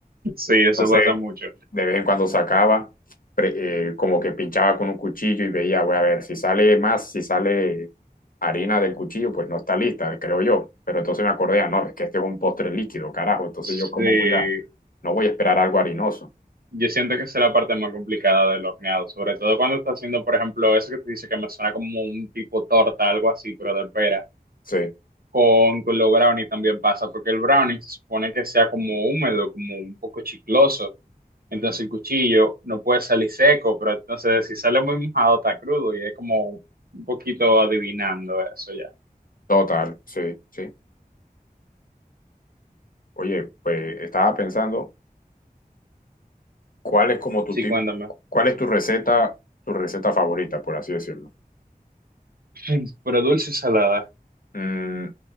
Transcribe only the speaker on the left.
Entonces,
de vez en cuando sacaba, pre- eh, como que pinchaba con un cuchillo y veía, voy a ver, si sale más, si sale harina del cuchillo, pues no está lista, creo yo. Pero entonces me acordé, ah, no, es que este es un postre líquido, carajo. Entonces
yo cómo voy a, no voy a esperar algo harinoso.
Sí,
total, sí, sí. Oye, pues estaba pensando, ¿cuál es como tu
tip,
cuál es tu receta, tu receta favorita, por así decirlo?
Mm,